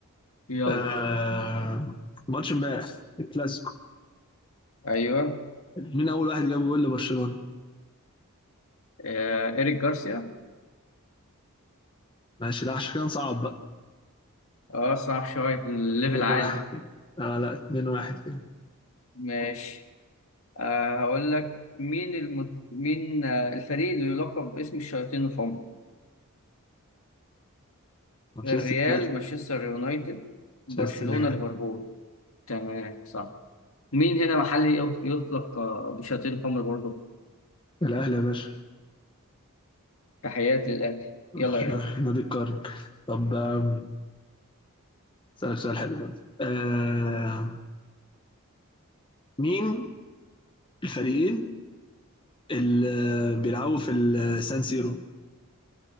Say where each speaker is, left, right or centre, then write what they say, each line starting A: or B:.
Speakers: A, on the left; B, on the left.
A: يلا
B: آه ماتش امبارح الكلاسيكو
A: ايوه
B: مين اول واحد جاب جول لبرشلونة
A: آه إيريك جارسيا
B: ماشي لا عشان كده نصعب بقى
A: اه صعب شوية الليفل
B: 2
A: عالي
B: 1 اه لا 2 1 كده
A: ماشي آه هقول لك مين الم... مين آه الفريق اللي يلقب باسم الشياطين الحمر
B: مانشستر
A: الريال
B: يونايتد
A: مانشستر يونايتد برشلونة
B: مانشستر يونايتد
A: ليفربول تمام صح مين هنا محلي يط- يطلق آه، بشياطين الحمر برضه
B: الاهلي يا باشا
A: تحياتي للأهلي
B: <laughs>
A: يلا يا غالي
B: نادي القرن طب آم، اسالك سؤال حلو برضه آه مين الفريقين اللي بيلعبوا في السان سيرو